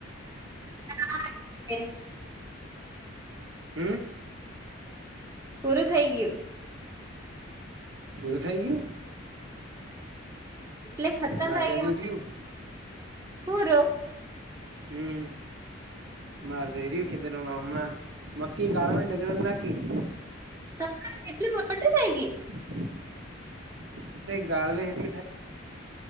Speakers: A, on the right (about 15°); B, on the right (about 60°).
A: <unintelligible>
B: હમ્મ
A: પૂરું થઈ ગયું.
B: પૂરું થઈ ગયું?
A: એટલે ખતમ
B: મારતા
A: થઈ ગયું
B: અજુ રયુ.
A: હું રો
B: હમ્મ. મારે <unintelligible>
A: <unintelligible> એટલી મોટી થાય ગઈ
B: <unintelligible>